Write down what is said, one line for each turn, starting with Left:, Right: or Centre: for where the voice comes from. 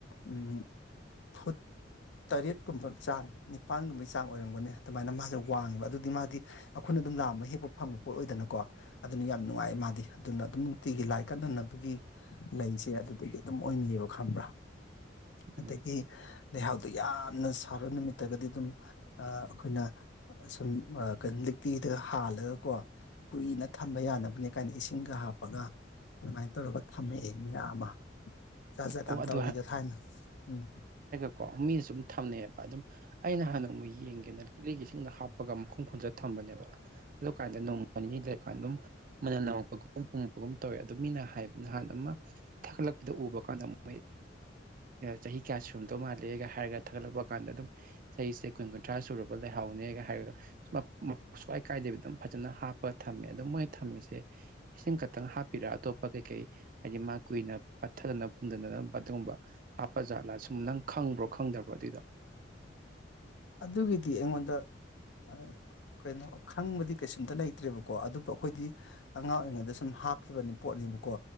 Left: ꯎꯝ ꯐꯨꯠ ꯇꯔꯦꯠꯀꯨꯝꯕ ꯆꯥꯡ ꯅꯤꯄꯥꯟꯒꯨꯝꯕꯩ ꯆꯥꯡ ꯑꯣꯏꯔꯝꯒꯅꯤ ꯑꯗꯨꯃꯥꯏꯅ ꯃꯥꯁꯦ ꯋꯥꯡꯉꯦꯕ ꯑꯗꯨꯗꯤ ꯃꯥꯗꯤ ꯑꯩꯈꯣꯏꯅ ꯑꯗꯨꯝ ꯂꯥꯝꯃ ꯍꯦꯛꯄ ꯐꯪꯕ ꯄꯣꯠ ꯑꯣꯏꯗꯅꯀꯣ ꯑꯗꯨꯅ ꯌꯥꯝ ꯅꯨꯡꯉꯥꯏ ꯃꯥꯗꯤ ꯑꯗꯨꯅ ꯑꯗꯨꯝ ꯅꯨꯡꯇꯤꯒꯤ ꯂꯥꯏ ꯀꯠꯅꯅꯕꯒꯤ ꯂꯩꯁꯦ ꯑꯗꯨꯗꯒꯤ ꯑꯗꯨꯝ <unintelligible> ꯈꯪꯕ꯭ꯔꯥ ꯑꯗꯒꯤ
Right: ꯎꯝ
Left: ꯂꯩꯍꯥꯎ ꯑꯗꯨ ꯌꯥꯝꯅ ꯁꯥꯕ ꯅꯨꯃꯤꯠꯇꯒꯗꯤ ꯑꯗꯨꯝ ꯑꯩꯈꯣꯏꯅ ꯁꯨꯝ ꯂꯤꯛꯂꯤꯗꯒꯥ ꯍꯥꯜꯂꯒꯀꯣ ꯀꯨꯏꯅ ꯊꯝꯕ ꯌꯥꯅꯕꯅꯦ ꯀꯥꯏꯅ ꯏꯁꯤꯡꯒ ꯍꯥꯞꯄꯒ ꯑꯗꯨꯃꯥꯏꯅ ꯇꯧꯔꯒ ꯊꯝꯃꯛꯑꯦ ꯃꯌꯥꯝ ꯑꯃ ꯖꯠ ꯖꯥꯠ
Right: ꯑꯣ
Left: ꯑꯃ
Right: ꯑꯗꯨ
Left: ꯇꯧꯔꯛꯏꯗ ꯊꯥꯏꯅ ꯎꯝ
Right: ꯀꯣ ꯃꯤꯅꯁꯨ ꯑꯗꯨꯝ ꯊꯝꯅꯩꯑꯕ ꯑꯗꯨꯝ ꯑꯩ ꯅꯍꯥꯟ ꯅꯣꯡꯃꯥ ꯌꯦꯡꯒꯦꯅ <unintelligible> ꯏꯁꯤꯡꯗ ꯍꯥꯞꯄꯒ ꯃꯈꯨꯝ ꯈꯨꯝꯖꯤꯟꯂꯒ ꯊꯝꯕꯅꯦꯕ ꯑꯗꯨ ꯀꯥꯟꯗ ꯅꯣꯡꯃ ꯅꯤꯅꯤ ꯂꯩꯔꯀꯥꯟꯗ ꯑꯗꯨꯝ ꯃꯅꯝ ꯅꯝꯃꯛꯛꯄꯒꯨꯝ ꯄꯨꯡꯉꯛꯄꯒꯨꯝ ꯇꯧꯋꯦ ꯑꯗꯨꯣ ꯃꯤꯅ ꯍꯥꯏꯕ ꯅꯍꯥꯟ ꯑꯃ ꯊꯥꯒꯠꯂꯛꯄꯗ ꯎꯕ ꯀꯥꯟꯗ ꯃꯣꯏ ꯆꯍꯤ ꯀꯌꯥ ꯁꯨꯔꯝꯗꯧ ꯃꯥꯜꯂꯦꯒ ꯍꯥꯏꯔꯒ ꯊꯥꯒꯠꯂꯛꯄ ꯀꯥꯟꯗ ꯑꯗꯨꯝ ꯆꯍꯤꯁꯦ ꯀꯨꯟ ꯀꯨꯟꯊ꯭ꯔꯥ ꯁꯨꯔꯕ ꯂꯩꯍꯥꯎꯅꯦꯒ ꯍꯥꯏꯔꯒ ꯁꯨꯡꯋꯥꯥꯏ ꯀꯥꯏꯗꯕꯤ ꯑꯗꯨꯝ ꯐꯖꯅ ꯍꯥꯞꯄ ꯊꯝꯃꯦ ꯑꯗꯨꯣ ꯃꯣꯏꯅ ꯊꯝꯃꯤꯁꯦ ꯏꯁꯤꯡ ꯈꯛꯇꯪ ꯍꯥꯞꯄꯤꯔ ꯑꯇꯣꯞꯄ ꯀꯩꯀꯩ ꯍꯥꯏꯗꯤ ꯃꯥ ꯀꯨꯏꯅ ꯄꯠꯊꯗꯅ <unintelligible> ꯑꯗꯨꯒꯨꯝꯕ ꯍꯥꯞꯄ ꯖꯥꯠꯂꯥ ꯁꯨꯝ ꯅꯪ ꯈꯪꯕ꯭ꯔꯣ ꯈꯪꯗꯕ꯭ꯔꯣ ꯑꯗꯨꯏꯗꯣ
Left: ꯑꯗꯨꯒꯤꯗꯤ ꯑꯩꯉꯣꯟꯗ <unintelligible> ꯀꯩꯅꯣ ꯈꯪꯕꯗꯤ ꯀꯩꯁꯨꯝꯇ ꯂꯩꯇ꯭ꯔꯦꯕꯀꯣ ꯑꯗꯨꯕꯨ ꯑꯩꯈꯣꯏꯗꯤ ꯑꯉꯥꯡ ꯑꯣꯏꯔꯤꯉꯩꯗ ꯁꯨꯝ ꯍꯥꯞꯈꯤꯕꯅꯤ ꯄꯣꯠꯅꯦꯕꯀꯣ